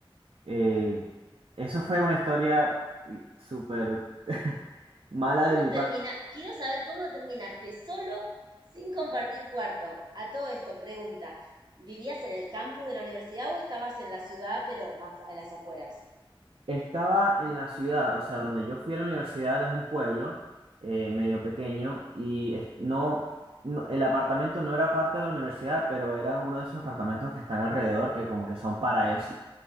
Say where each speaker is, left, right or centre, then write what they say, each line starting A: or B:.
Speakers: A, on the right; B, on the right.
A: Eh, eso fue una historia eh, súper <laughs> mala
B: ¿Cómo
A: de mi
B: termina?
A: parte.
B: Quiero saber cómo terminaste solo sin compartir cuarto. A todo esto, pregunta, ¿vivías en el campus de la universidad o estabas en la ciudad, pero afu- a las afueras?
A: Estaba en la ciudad, o sea, donde yo fui a la universidad es un pueblo eh, medio pequeño y es- no, no- el apartamento no era parte de la universidad, pero era uno de esos apartamentos que están alrededor que como que son para eso.